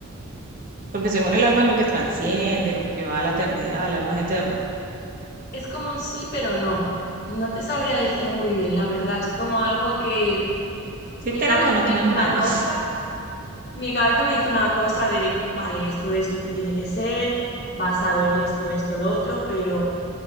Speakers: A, on the right; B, on the left.
A: Porque según
B: Es,
A: el alma es lo que transciende, lo que va a la eternidad, el alma es eterna.
B: es como un sí, pero no. No te sabría decir muy bien, la verdad. Es como algo que
A: Si
B: mi
A: tenemos
B: cabeza
A: o no
B: me
A: tenemos
B: dice una
A: alma.
B: cosa mi cabeza me hizo una cosa de, vale, esto es lo que tiene que ser, basado en esto, esto, lo otro, pero